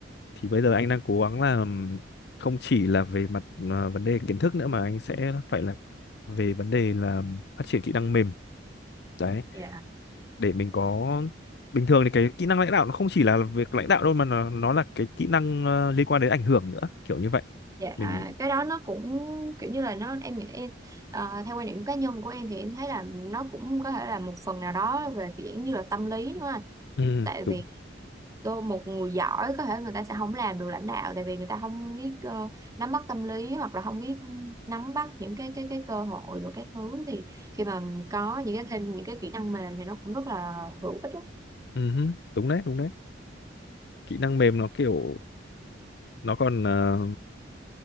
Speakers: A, on the left; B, on the right.
A: thì bây giờ anh đang cố gắng là ừm, không chỉ là về mặt à, vấn đề kiến thức nữa mà anh sẽ phải là về vấn đề là phát triển kỹ năng mềm đấy
B: dạ
A: để mình có bình thường thì cái kỹ năng lãnh đạo nó không chỉ là việc lãnh đạo đâu mà nó, nó là cái kỹ năng ờ, liên quan đến ảnh hưởng nữa kiểu như vậy
B: Dạ,
A: mình
B: cái đó nó cũng kiểu như là nó em nghĩ em ờ, theo quan điểm cá nhân của em thì em thấy là nó cũng có thể là một phần nào đó về kiểu như là tâm lý đúng không? anh?
A: ừ,
B: Tại
A: đúng
B: vì đôi một người giỏi có thể người ta sẽ không làm được lãnh đạo tại vì người ta không biết ờ, nắm bắt tâm lý hoặc là không biết nắm bắt những cái cái cái cơ hội rồi các thứ thì khi mà có những cái thêm những cái kỹ năng mềm thì nó cũng rất là hữu ích. đó.
A: ừ, hứ, đúng đấy đúng đấy kỹ năng mềm nó kiểu nó còn ờ,